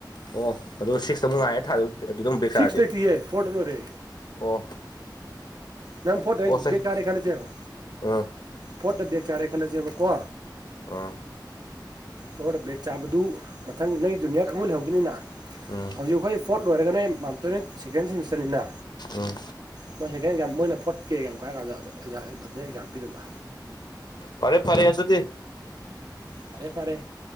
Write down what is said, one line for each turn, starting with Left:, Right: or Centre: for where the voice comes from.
Left: ꯑꯣ ꯑꯗꯨꯗꯣ ꯁꯤꯛꯁꯇꯨꯛ ꯉꯥꯏꯔꯦ ꯊꯥꯗ ꯑꯗꯨꯗ ꯍꯕꯦꯛ ꯆꯥꯔꯗꯤꯦ
Right: ꯁꯤꯛꯁ ꯂꯩꯇꯤꯌꯦ ꯐꯣꯔꯗ ꯂꯣꯏꯔꯦ
Left: ꯑꯣ
Right: ꯅꯪ ꯐꯣꯠꯇ
Left: ꯑꯣ ꯆꯍꯤ
Right: ꯕꯒ ꯆꯥꯔꯦ ꯈꯜꯂꯁꯦꯕ
Left: ꯑꯥ
Right: ꯄꯣꯠꯇ ꯕꯒ ꯆꯥꯔꯦ ꯈꯜꯂꯁꯦꯕꯀꯣ
Left: ꯑꯥ
Right: ꯑꯣ ꯕꯦꯛ ꯆꯥꯕꯗꯨ ꯃꯊꯪ ꯅꯪ ꯖꯨꯅꯤꯌꯥꯔ ꯀꯥꯡꯕꯨ ꯂꯩꯍꯧꯗꯅꯤꯅ
Left: ꯎꯝ
Right: ꯍꯧꯖꯤꯛ ꯑꯩꯈꯣꯏ ꯐꯣꯔꯠ ꯂꯣꯏꯔꯒ ꯅꯣꯏ ꯃꯝꯇꯣꯏꯅ ꯁꯦꯀꯦꯟ ꯁꯦꯃꯤꯁꯇꯔꯅꯤꯅ
Left: ꯎꯝ
Right: ꯃꯣꯏ ꯁ ꯃꯣꯏ ꯐ ꯀꯦꯛ ꯌꯥꯝ ꯀꯥꯏꯔ ꯀꯥꯟꯗ ꯑꯗꯩ ꯑꯦꯛꯖꯥꯝ ꯄꯤꯗꯕ
Left: ꯐꯔꯦ ꯐꯔꯦ ꯑꯗꯨꯗꯤ
Right: ꯐꯔꯦ ꯐꯔꯦ